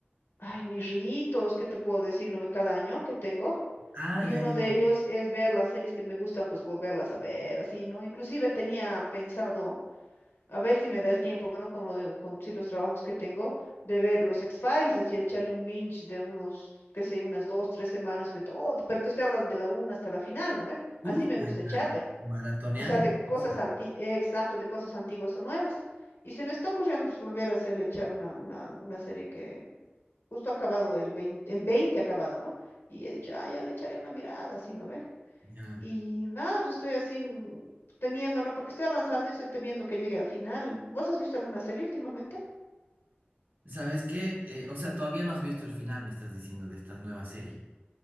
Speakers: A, on the left (about 80°); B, on the right (about 50°).
A: ay, mis ritos, ¿qué te puedo decir? No, cada año que tengo.
B: Ah,
A: Y
B: ya,
A: uno
B: ya.
A: de Ujú. ellos es ver las series que me gustan, pues volverlas a ver, así, ¿no? Inclusive tenía pensado a ver si me da el tiempo, bueno, con lo de- con ciertos trabajos que tengo, de ver los X-Files, así echarle un binge de unos, qué sé, unas dos, tres semanas de todo, pero te estoy hablando de la una hasta la final, ¿no ve?
B: Tú,
A: Así me
B: ya,
A: gusta echarle,
B: maratoneando.
A: o sea, de
B: entonces.
A: cosas antiguas, exacto, de cosas antiguas o nuevas. Y se me está ocurriendo pues, volver a hacerle echar una, una, una serie que justo ha acabado el veinte el veinte ha acabado, ¿no? Y he dicho, ah, ya le echaré una mirada, así, ¿no ve?
B: Ya.
A: Y nada, pues estoy así mm, temiendo, ¿no? Porque estoy avanzando y estoy temiendo que llegue al final. ¿Vos has visto alguna serie últimamente?
B: ¿Sabes qué? Eh, o sea, todavía no has visto el final, me estás diciendo, de esta nueva serie.